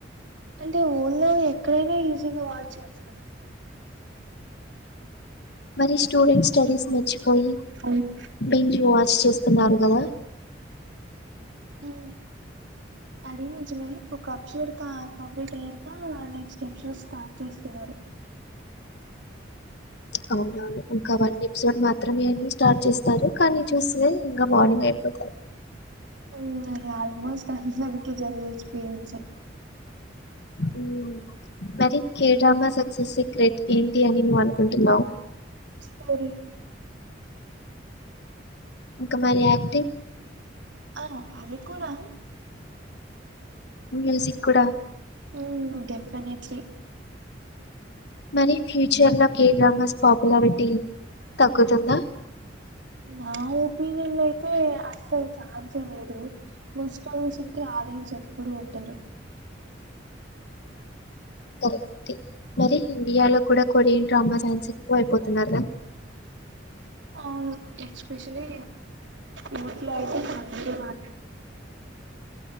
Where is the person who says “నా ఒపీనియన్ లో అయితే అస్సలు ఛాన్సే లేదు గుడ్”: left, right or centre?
Right